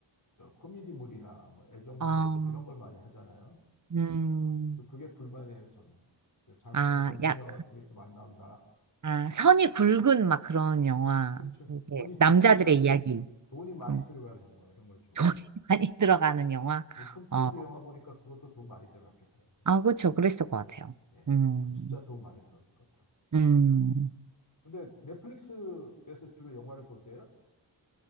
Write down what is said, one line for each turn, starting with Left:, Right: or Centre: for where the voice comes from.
Left: 저 코미디물이나 뭐 애정물
Right: 아,
Left: 뭐 이런 걸 많이 하잖아요. 그제-
Right: 음,
Left: 그게 불만이에요 저는. 장편
Right: 아,
Left: 전쟁
Right: 약,
Left: 영화 같은 게 좀 안 나온다.
Right: 아, 선이 굵은 막 그런 영화.
Left: 그렇죠.
Right: 이게
Left: 돈이
Right: 남자들의
Left: 돈이 일단
Right: 이야기.
Left: 돈이 많이
Right: 그런 거.
Left: 들어가는 영화 이런 걸 좋아해요.
Right: 돈이 <laughs> 많이 들어가는 영화.
Left: 오늘 톰 크루즈
Right: 어,
Left: 영화 보니까 그것도 돈 많이 들어갔겠더라고요.
Right: 아, 그쵸. 그랬을 것 같아요.
Left: 예,
Right: 음,
Left: 그거 진짜 돈 많이 들어갔을 것 같더라고요.
Right: 음.
Left: 근데 넷플릭스에서 주로 영화를 보세요?